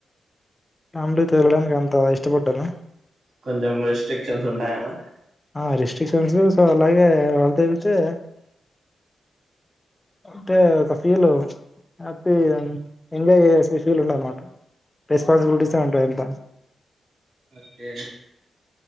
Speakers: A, on the left; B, on the right.
A: ఫ్యామిలీతో వెళ్లడానికి అంత ఇష్టపడను
B: కొంచెం రిస్ట్రిక్షన్స్ ఉంటాయన్న
A: ఆ రిస్ట్రిక్షన్స్ సో అలాగే వాళ్లతో ఎల్తే అంటే ఒక ఫీల్ హ్యాపీ ఎంజాయ్ చేస ఫీల్ ఉండ అన్నమాట రెస్పాన్సిబిలిటీ టీసే ఉంటాయి అంత
B: ఓకే